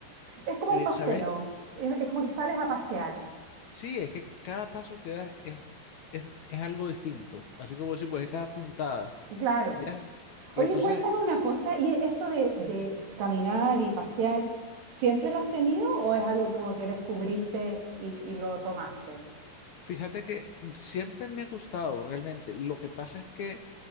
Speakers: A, on the right (about 80°); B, on the left (about 60°).
A: Es como
B: eh,
A: un paseo.
B: sabes,
A: Es, es como que sales a pasear.
B: sí, es que cada paso que das es, es, es algo distinto. Así como decir, pues es cada puntada,
A: Claro.
B: ¿ya? Y
A: Oye,
B: entonces,
A: cuéntame una cosa. ¿Y esto de, de caminar y pasear, siempre lo has tenido o es algo como que descubriste y, y lo tomaste?
B: fíjate que siempre me ha gustado realmente. Lo que pasa es que